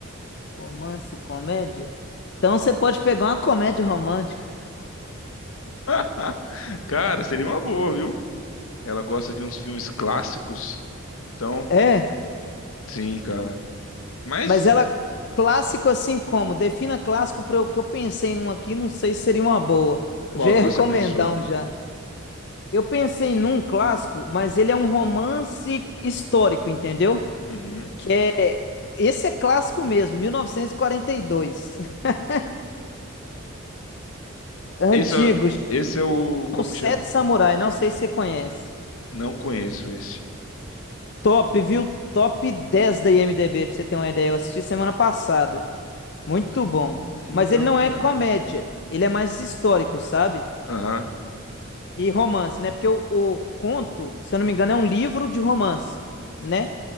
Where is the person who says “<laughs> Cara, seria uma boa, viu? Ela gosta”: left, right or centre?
Left